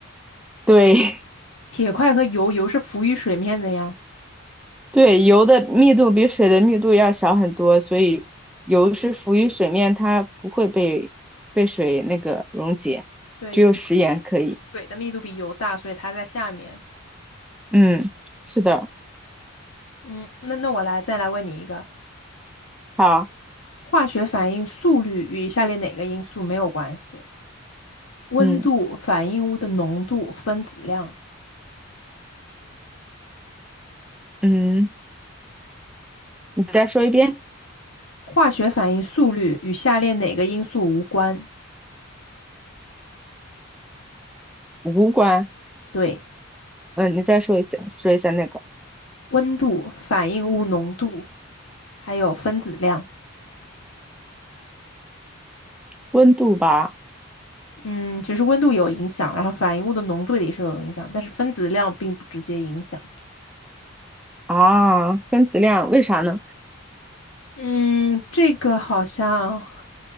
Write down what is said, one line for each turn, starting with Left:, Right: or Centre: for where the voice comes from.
Centre: 对
Left: 铁块和油，油是浮于水面的呀。
Centre: <laughs> 对，油的密度比水的密度要小很多，所以油是浮于水面，它不会被被水那个溶解，
Left: 对，
Centre: 只有食盐可以。
Left: 油水的密度比油大，所以它在下面。
Centre: 嗯，是的，
Left: 嗯，那那我来再来问你一个。
Centre: 好，
Left: 化学反应速率与以下列哪个因素没有关系？温度、
Centre: 嗯
Left: 反应物的浓度、分子量。
Centre: 嗯，你再说一遍，
Left: 化学反应速率与下列哪个因素无关？
Centre: 无关。
Left: 对，
Centre: 嗯，呃你再说一下，说一下那个
Left: 温度、反应物浓度，还有分子量。
Centre: 温度吧。
Left: 嗯，只是温度有影响，然后反应物的浓度也是有影响，但是分子量并不直接影响。
Centre: 啊，分子量，为啥呢？
Left: 嗯，这个好像